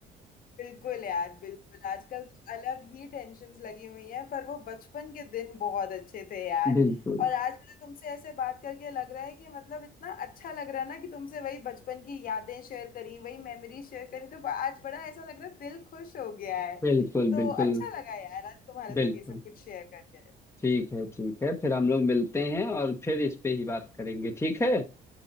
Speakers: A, on the left; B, on the left.
A: बिल्कुल यार बिल्कुल आजकल तो अलग ही टेंशन्स लगी हुई हैं पर वो बचपन के दिन बहुत अच्छे थे यार
B: बिल्कुल
A: और आज मुझे तुमसे ऐसे बात करके लग रहा है कि मतलब इतना अच्छा लग रहा है ना कि तुमसे वही बचपन की यादें शेयर करी वही मेमोरी शेयर करी तो आज बड़ा ऐसा लग रहा है दिल खुश हो गया है
B: बिल्कुल
A: तो
B: बिल्कुल
A: अच्छा लगा यार आज तुम्हारे
B: बिल्कुल
A: साथ ये सब कुछ शेयर करके
B: ठीक है ठीक है फिर हम लोग मिलते हैं और फिर इस पे ही बात करेंगे ठीक है